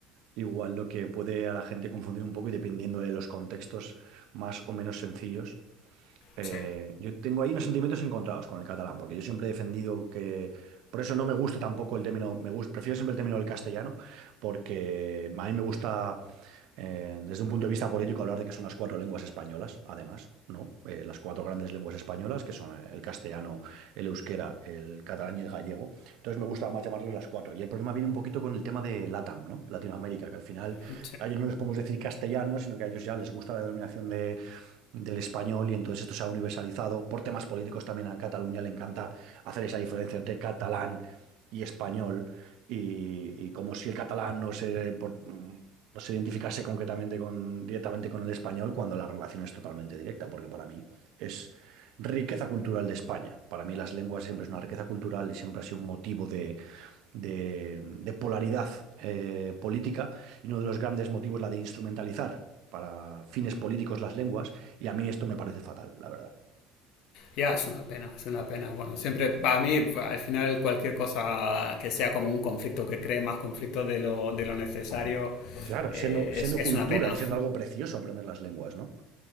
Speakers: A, on the right; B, on the left.
A: Igual lo que puede a la gente confundir un poco y dependiendo de los contextos más o menos sencillos. Eh,
B: Sí.
A: yo tengo ahí unos sentimientos encontrados con el catalán, porque yo siempre he defendido que. Por eso no me gusta tampoco el término. Me gus- prefiero siempre el término del castellano, porque a mí me gusta, eh, desde un punto de vista político, hablar de que son las cuatro lenguas españolas, además, ¿no? Eh, las cuatro grandes lenguas españolas, que son eh, el castellano, el euskera, el catalán y el gallego. Entonces me gusta más llamarlo las cuatro. Y el problema viene un poquito con el tema de LATAM, ¿no? Latinoamérica, que al final
B: sí.
A: a ellos no les podemos decir castellano, sino que a ellos ya les gusta la denominación de del español y entonces esto se ha universalizado. Por temas políticos también a Cataluña le encanta hacer esa diferencia entre catalán y español y, y como si el catalán no se, por- no se identificase concretamente con, directamente con el español cuando la relación es totalmente directa, porque para mí es riqueza cultural de España. Para mí las lenguas siempre es una riqueza cultural y siempre ha sido un motivo de, de- de polaridad eh, política y uno de los grandes motivos la de instrumentalizar para fines políticos las lenguas y a mí esto me parece fatal, la verdad.
B: Ya, es una pena, es una pena. Bueno, siempre para mí, al final, cualquier cosa que sea como un conflicto, que cree más conflicto de lo, de lo necesario,
A: Claro,
B: eh,
A: siendo, siendo
B: es, es,
A: cultura
B: una pena.
A: y siendo algo precioso aprender las lenguas, ¿no?